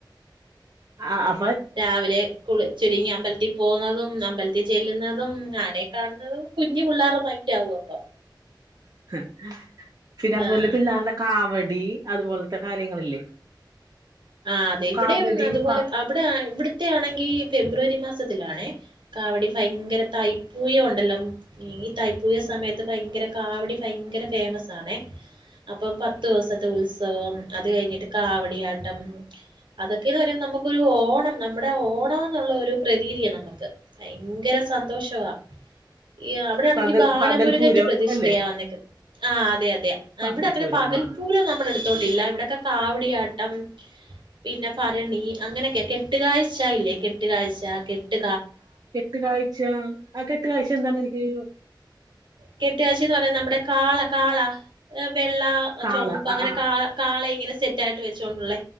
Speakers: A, on the right (about 50°); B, on the right (about 75°).
A: ആ അ
B: രാവിലെ കുളിച്ചൊരുങ്ങി അമ്പലത്തിൽ പോന്നതും അമ്പലത്തിൽ ചെല്ലുന്നതും ആനെ കാണുന്നതും കുഞ്ഞു പിള്ളേര മൈന്റ് ആകും അപ്പൊ
A: <inaudible> പിന്നെ അതുപോലെ
B: ആഹ്
A: പിള്ളേരുടെ കാവടി അതുപോലെ ത്തെ കാര്യങ്ങളില്ലേ
B: ആ അതെ ഇവിടെയും
A: കാവടി
B: അതുപോലെ
A: പ
B: അവിടെ ഇവിടത്തെ ആണെങ്കി ഫെബ്രുവരി മാസത്തിലാണേ കാവടി ഭയങ്കര തൈപ്പൂയ ഉണ്ടല്ലോ ഈ തൈപ്പൂയ സമയത്ത് ഭയങ്കര കാവടി ഭയങ്കര ഫേമസ് ആണേ അപ്പൊ പത്തു ദിവസത്തെ ഉത്സവം അത് കഴിഞ്ഞിട്ട് കാവടിയാട്ടം <unintelligible> അതൊക്കെയന്ന് പറയുമ്പ നമുക്കൊരു ഓണം നമ്മുടെ ഓണ ള്ളൊരു പ്രതീതിയ നമുക്ക് ഭയങ്കര സന്തോഷമാ ഈ അവിടെ ആണെങ്കി
A: പകൽ
B: ബാലമുരുകന്റെ
A: പകൽപൂരം
B: പ്രതിഷ്ഠയാ
A: അല്ലേ
B: വന്നേക്ക് ആ അതെ അതെ അ
A: പകൽപൂരം
B: ഇവിടെ അങ്ങനെ പകൽ
A: ആ
B: പൂരം നമ്മളടു ട്ടില്ല ഇവിടൊക്കെ കാവടിയാട്ടം പിന്നെ ഭരണി അങ്ങനെയൊക്കെ കെട്ടുകാഴ്ച ഇല്ലേ കെട്ടുകാഴ്ച കെട്ട്
A: കെട്ട് കാഴ്ച ആ കെട്ട് കാഴ്ച എന്താ അയ്യോ
B: കെട്ട് കാഴ്ചേന്ന് പറയുന്ന നമ്മുടെ കാള കാള വെള്ള
A: കാള
B: ചുമപ്പ്
A: ആ
B: അങ്ങനെ
A: ആ
B: കാ കാള ഇങ്ങനെ സെറ്റ് ആയിട്ട് വെച്ചോണ്ടുള്ള